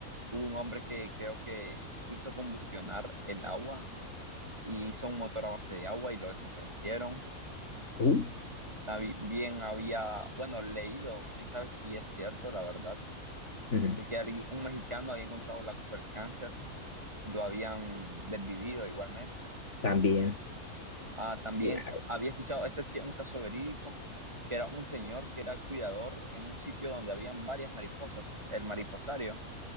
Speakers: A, on the right; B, on the left.
A: hubo un hombre que creo que hizo combustionar el agua y hizo un motor a base de agua y lo desaparecieron.
B: Uh,
A: También había, bueno, leído, quién sabe si es cierto, la verdad,
B: ujú,
A: de que alguien- un mexicano había encontrado la cura al cáncer y lo habían desvivido igualmente.
B: También,
A: Ah, también
B: claro.
A: había escuchado, este sí es un caso verídico, que era un señor que era cuidador en un sitio donde habían varias mariposas, el mariposario,